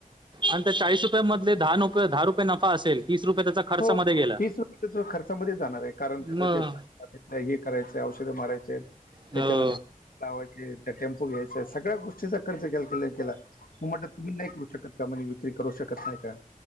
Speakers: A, on the right (about 35°); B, on the left (about 75°).
A: आणि त्या चाळीस रुपया मधले दहा न दहा रुपये नफा असेल तीस रुपये त्याचा. खर्चामध्ये
B: हो
A: गेला
B: तीस रुपये त्याच खर्चामध्ये जाणार आहे कारण त्याच.
A: मग
B: हे करायचं औषधे मारायचे आहेत. त्याच्यानंतर
A: हो.
B: लावायचे त्या टेम्पो घ्यायचा सगळ्या गोष्टीचा खर्च केला त्यांनी. मग म्हटलं तुम्ही नाही करू शकत का म्हणजे विक्री करू शकत नाही का.